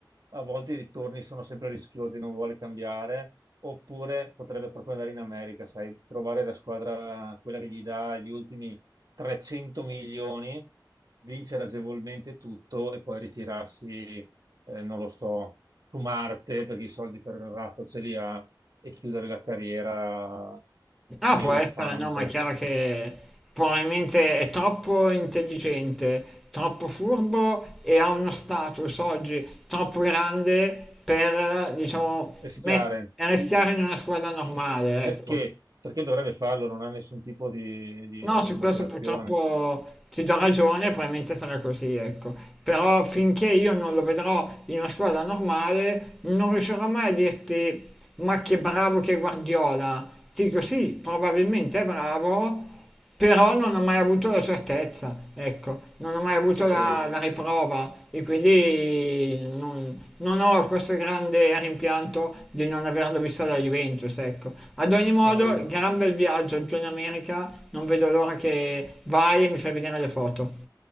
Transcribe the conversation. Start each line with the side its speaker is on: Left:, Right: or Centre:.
Right: a volte i ritorni sono sempre rischiosi, non vuole cambiare, oppure potrebbe proprio andare in America, sai, trovare la squadra, quella che gli dà gli ultimi 300 milioni, vincere agevolmente tutto e poi ritirarsi, eh, non lo so, su Marte perché i soldi per il razzo ce li ha e chiudere la carriera
Centre: Ah,
Right: trionfante.
Centre: può essere, no, ma è chiaro che probabilmente è troppo intelligente, troppo furbo e ha uno status oggi troppo grande per, diciamo,
Right: Rischiare.
Centre: met- rischiare
Right: Chi-
Centre: in una squadra normale,
Right: chi- Perché?
Centre: ecco.
Right: Perché dovrebbe farlo? Non ha nessun tipo di di-
Centre: No, su
Right: di motivazione.
Centre: questo purtroppo ti do ragione, probabilmente sarà così, ecco. Però finché io non lo vedrò in una squadra normale, non riuscirò mai a dirti, ma che bravo che è Guardiola. Ti dico sì, probabilmente è bravo, però non ho mai avuto la certezza, ecco non ho mai avuto
Right: Sì, sì,
Centre: la,
Right: no,
Centre: la riprova e quindi non, non ho questo grande rimpianto di non averlo visto alla Juventus, ecco. Ad ogni modo,
Right: no, no.
Centre: gran bel viaggio giù in America, non vedo l'ora che vai e mi fai vedere le foto.